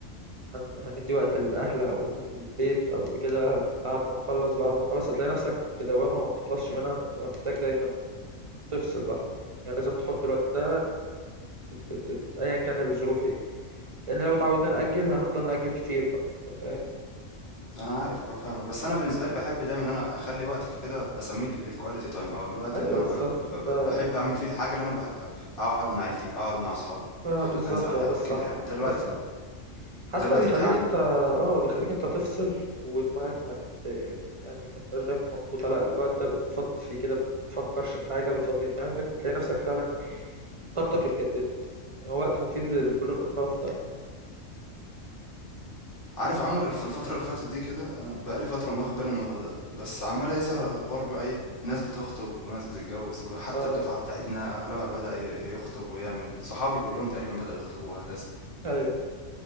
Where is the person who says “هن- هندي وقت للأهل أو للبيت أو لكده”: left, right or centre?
Right